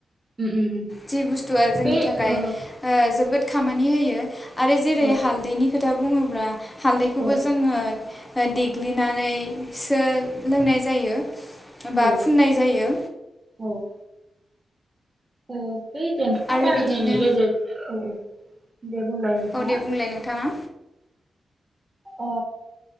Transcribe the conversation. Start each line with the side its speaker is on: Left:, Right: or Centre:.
Right: उम उम
Left: जि बुस्थुआ जोंनि
Right: बे
Left: थाखाय
Right: ओ
Left: ओ जोबोद खामानि होयो। आरो जेरै
Right: औ
Left: हालदैनि खोथा। बुङोब्ला। हालदैखौबो
Right: औ
Left: जोङो। देग्लिनानै सो लोंनाय जायो। बा
Right: औ
Left: फुननाय जायो।
Right: औ ओ बे जन्थ'खा
Left: आरो
Right: बाहायनायनि
Left: बिदिनो
Right: गेजेर औ औ दे बुंलाय नोंथाङा।
Left: औ दे बुंलाय नोंथाङा
Right: अ